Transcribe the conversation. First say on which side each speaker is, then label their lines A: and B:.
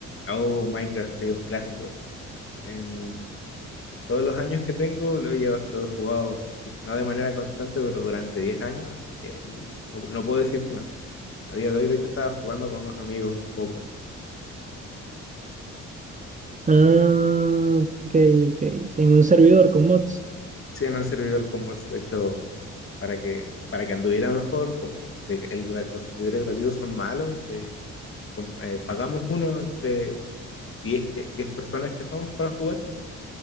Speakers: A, on the left (about 40°); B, on the right (about 25°).
A: Oh, Minecraft es un clásico. En todos los años que tengo lo he, lleva- lo he jugado, y no de manera constante, pero durante 10 años, así que ahí no, no puedo decir que no. A día de hoy, de hecho, estaba jugando con unos amigos un poco.
B: Ah, ok, ok. En un servidor con mods.
A: sí, en un servidor con mods, de hecho, para que, para que anduviera mejor, como el de- el gra- los servidores gratuitos son malos, eh, com- eh, pagamos uno entre diez que, 10 personas que somos para jugar